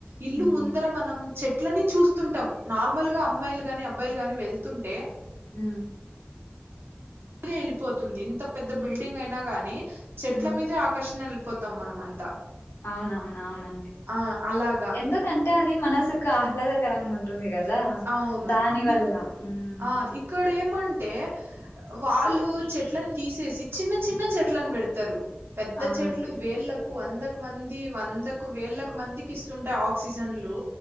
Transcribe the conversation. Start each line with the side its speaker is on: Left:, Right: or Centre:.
Right: ఇల్లు
Left: ఉమ్
Right: ముందర మనం చెట్లని చూస్ తుంటాం నార్మల్ గా అమ్మాయిలు గాని అబ్బాయిలు గాని వెళ్తుంటే
Left: హ
Right: ద వెళ్లిపోతుంది ఇంత పెద్ద బిల్డింగ్ అయినా గాని చెట్ల
Left: ఉమ్
Right: మీదే ఆకర్షణ పోతాం మనం అంతా
Left: అవునవున అవునండి
Right: ఆ అలాగా
Left: ఎందుకంటే అది మనసుకు ఆహ్లాదకరంగా ఉంటుంది కదా
Right: అవును
Left: దాని వల్ల
Right: ఇ
Left: ఉమ్
Right: ఆ ఇక్కడ ఏమంటే వాళ్ళు చెట్లను తీసేసి చిన్న చిన్న చెట్లను పెడతారు పెద్ద
Left: అవునండి
Right: చెట్లు వేళ్లకు వంద మంది వందకు వేలకు మందికి ఇస్తుంటాయి ఆక్సిజన్లు